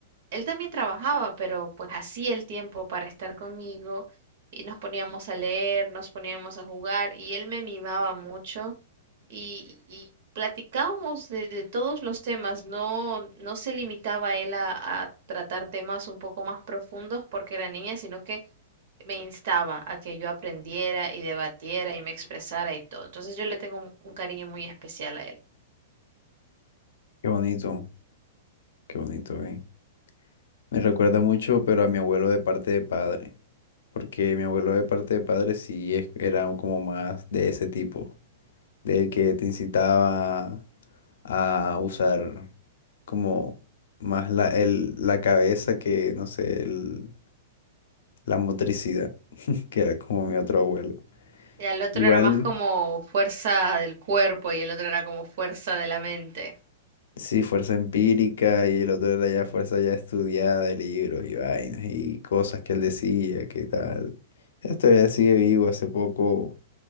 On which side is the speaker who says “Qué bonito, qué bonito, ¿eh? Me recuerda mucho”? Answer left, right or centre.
Left